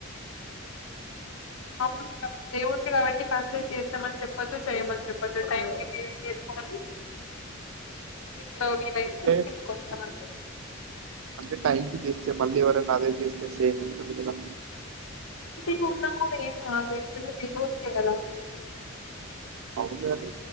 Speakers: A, on the left; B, on the right.
A: అ దవు కాబట్టి ఫస్ట్ డే చేస్తామని చెప్పొద్దు చేయమని చెప్పద్దు టైంకి వేస్ చేసుకని గలో వీలయితే
B: అంటే
A: తీసుకొస్తాం అం
B: అంటే టైంకి చేస్తే మళ్ళీ ఎవరైనా అదే చేస్తే సేమ్ ఉంటుంది కదా
A: మ్ ఉన్నా కూడా ఏయి కాదు ఎట్లైనా దేవుడికి కదా
B: అవును అడి